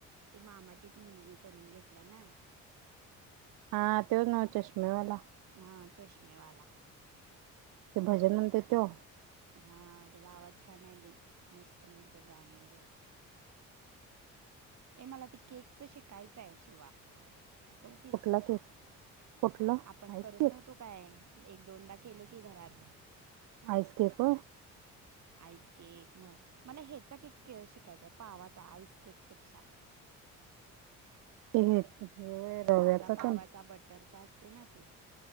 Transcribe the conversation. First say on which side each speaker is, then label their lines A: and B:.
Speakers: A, on the right (about 55°); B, on the right (about 80°).
A: ती मामाचीच मुलगी करून घेतल्या ना.
B: हा ते नाव चष्मेवाला.
A: हां चष्मेवाला
B: ते भजन म्हणते तो?
A: हा त्याचा आवाज छान ये बई, मस्त म्हणते गाणे वैगरे. ए मला ते केकच शिकायचाये शिवा शिकवतीस?
B: कुठला केक कुठलं
A: आपण
B: आईस
A: करत
B: केक
A: नवतो काय एक दोनदा केलो की घरात.
B: आईसकेक.
A: आईस केक म मला ह्येचा केक शिकायचाय पावाचा आईस केक पेक्षा.
B: <unintelligible> रव्याचा
A: साधा पावाचा
B: तेन
A: बटरचा असतोय ना ते.